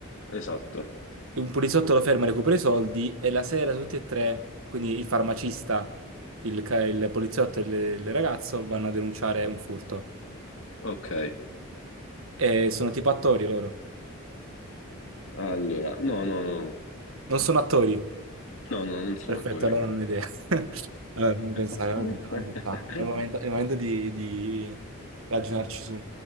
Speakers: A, on the left; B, on the right.
A: esatto.
B: e un poliziotto lo ferma, recupera i soldi e la sera tutti e tre, quindi il farmacista, il, ca- il poliziotto e il, il ragazzo, vanno a denunciare un furto.
A: Ok,
B: E sono tipo attori loro.
A: allora, no, no, no,
B: Non sono attori.
A: no, no, non sono
B: Perfetto,
A: attori.
B: allora non ho idea. <laughs> Allora, fammi pensare,
A: <laughs>
B: fammi pensare, fammi pensare. È il momento, è il momento di, di ragionarci su.